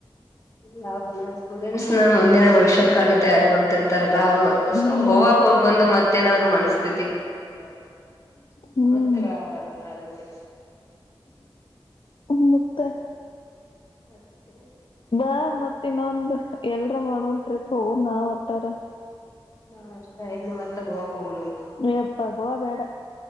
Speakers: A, on the left; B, on the left.
A: ಇಲ್ಲ ಹೌ ಸ್ಟೂಡೆಂಟ್ಸ್ ನ ಮುಂದಿನ ಭವಿಷ್ಯ ಚಕ್ಕಗಿ ತಯಾರು ಮಾಡ್ತಿರ್ತಾರಲ್ಲಾ ಅವರು
B: ಹ್ಮ್
A: ಸೊ ಗೋವಾಗ ಹೋಗಿ ಬಂದು ಮತ್ತೇನಾದ್ರು ಮನಸ್ತಿ ಚೇಂಜ್ ಆದ್ರ
B: ಹ್ಮ್
A: ಸಮಸ್ಯೆಗಳಾಗಬಾರಲ್ಲ ಅದಕ್ಕೆ
B: ಮುುತ್ತ
A: ಹ
B: ಬಾ ಮತ್ತ ಇನ್ನೊಂದ್ ಎಲ್ರ ಮಾಡೋನ್ ಟ್ರಿಪ್ ಹೋಗೋ ನಾವ್ ಒಟ್ಟಾರ
A: ಹಾ ಅಷ್ಟ ಎಲ್ಲಿ ಮತ್ತೆ ಮತ್ತ ಹೋಗಕ್ ಹೋಗೋ <inaudible>
B: ಯಪ್ಪಾ ಗೋವಾ ಬೇಡ